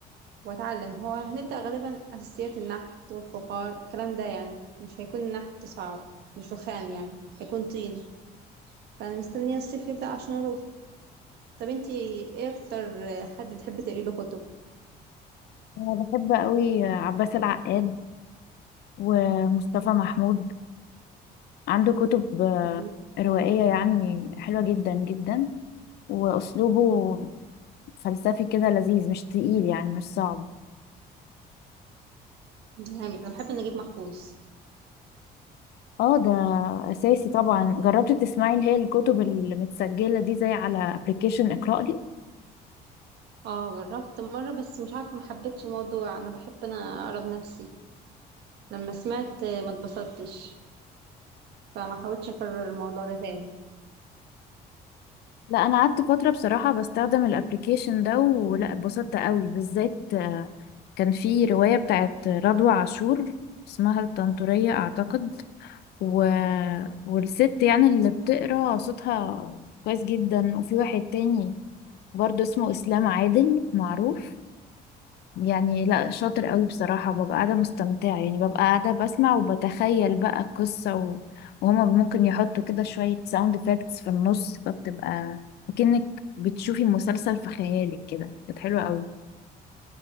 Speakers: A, on the right; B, on the left.
A: واتعلم هو هنبدأ غالبا اساسيات النحت والفخار الكلام ده يعني مش هيكون النحت صعب مش رخام يعني هيكون طين فانا مستنية الصيف يبدأ عشان اروح طب انتي ايه اكتر حد بتحبي تقري له كتب
B: انا بحب قوي عباس العقاد ومصطفى محمود عنده كتب آه،
A: جميل
B: روائية يعني حلوة جدا جدا واسلوبه فلسفي كده لذيذ مش تقيل يعني مش صعب
A: جامد انا بحب نجيب محفوظ
B: اه ده اساسي طبعا جربتي تسمعي اللي هي الكتب المتسجلة دي زي على ابلكيشن اقرأ لي
A: اه جربت مرة بس مش عارفة ما حبيتش الموضوع انا بحب انا اقرا بنفسي لما سمعت ما اتبسطتش فما حاولتش اكرر الموضوع ده تاني
B: لا انا قعدت فتره بصراحه بستخدم الابليكيشن ده ولا اتبسطت قوي بالذات آه، كان في روايه بتاعت رضوى عاشور اسمها الطنطوريه اعتقد و... والست يعني اللي بتقرا صوتها كويس جدا وفي واحد تاني برضه اسمه اسلام عادل معروف يعني لا شاطر قوي بصراحة ببقى قاعدة مستمتعة يعني ببقى قاعدة بسمع وبتخيل بقى القصة و... وهما ممكن يحطوا كده شوية ساوند افكتس في النص فبتبقى كأنك بتشوفي مسلسل في خيالك كده كانت حلوة قوي